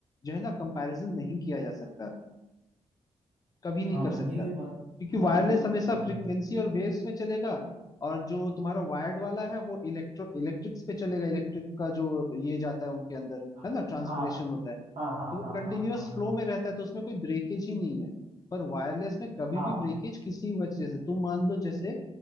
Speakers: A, on the left; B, on the right.
A: जो है ना कंपैरिजन नहीं किया जा सकता कभी नहीं
B: हाँ
A: कर सकता
B: ये
A: क्योंकि
B: बात हाँ
A: वायरलेस
B: ये बात
A: हमेशा
B: तो है
A: फ्रीक्वेंसी और वेव्स में चलेगा और जो तुम्हारा वायर्ड वाला है वो इलेक्ट्रो इलेक्ट्रिक्स पे चलेगा इलेक्ट्रिक का जो ये जाता है उनके अंदर
B: हाँ
A: है ना ट्रांसफरेशन
B: हाँ
A: होता है
B: हाँ हाँ
A: तो वो
B: हाँ
A: कंटिन्यूअस
B: हाँ हाँ हाँ
A: फ्लो में रहता है तो उसमें कोई ब्रेकेज ही नहीं है पर वायरलेस में कभी
B: हाँ,
A: भी ब्रेकेज किसी वजह से तुम मान लो जैसे